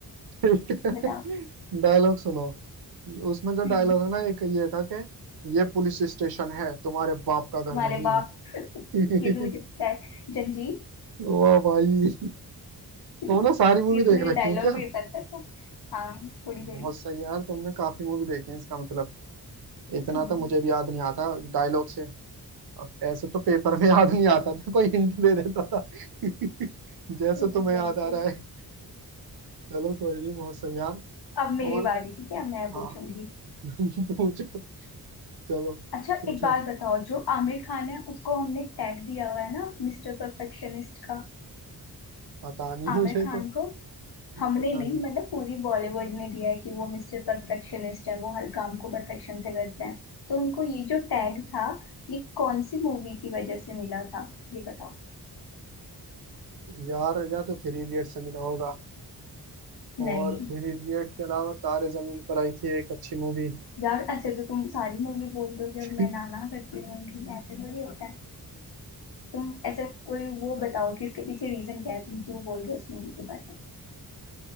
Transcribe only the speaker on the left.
बताओ
हम्म
तुम्हारे बाप <laughs>
ये तो मुझे पता
है जंजीर
<laughs>
ये तो
मुझे
डायलॉग
भी पता था हाँ थोड़ी थोड़ी
हम्म,
थोड़ी
बहुत
थोड़ी।
अब मेरी
बारी ठीक है मैं पूछूंगी
अच्छा
एक बात बताओ जो आमिर खान है उसको हमने टैग दिया हुआ है ना मिस्टर परफेक्शनिस्ट का
आमिर
खान
को हमने
नहीं
मतलब पूरी बॉलीवुड ने दिया है कि वो मिस्टर परफेक्शनिस्ट है वो हर काम को परफेक्शन से करते हैं तो उनको ये जो टैग था ये कौन सी मूवी की वजह से मिला था ये बताओ
नहीं
यार ऐसे तो तुम सारी मूवी बोल दोगे
और मैं ना ना करती रहूंगी ऐसे थोड़ी होता है तुम ऐसे कोई वो बताओ कि इसके पीछे रीजन क्या है तुम क्यों बोल रहे हो इस मूवी के बारे में